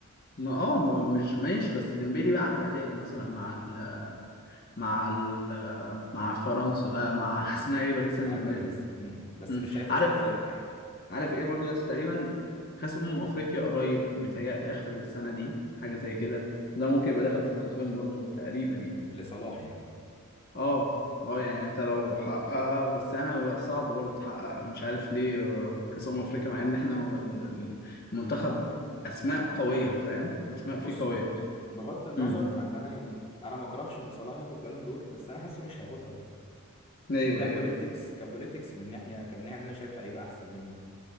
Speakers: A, on the left (about 45°); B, on the left (about 25°).
A: ما اه م- مش ماشي بس ديمبلي بقى عامل اداء مثلا مع ال مع ال مع فرنسا آه مع <laughs> اسمها ايه باريس سان
B: مع
A: جيرمان
B: باريس امم بس
A: مم.
B: مش شايفه
A: عارف
B: شايل فرقه يعني
A: عارف ايه برضو يس تقريبا كاس امم افريقيا قريب متهيألي اخر السنة دي حاجة زي كده ده ممكن يبقى داخل في الحسبان برضو تقريبا يعني
B: لصلاح يعني
A: اه اه يعني انت لو حققها بس انا بقى صعب برضه تحقق مش عارف ليه آه، كاس امم افريقيا مع ان احنا هو ال- ال- المنتخب اسماء قويه فاهم اسماء فيه
B: بص
A: قويه
B: بغض النظر
A: امم
B: عن ان انا يعني انا ما اكرهش ان صلاح ياخد بالون دور بس انا حاسه مش هياخدها برضه
A: ايوه
B: كبوليتكس
A: ايوه
B: كبوليتكس من ناحيه كمن ناحيه ان انا شايف لعيبه احسن منه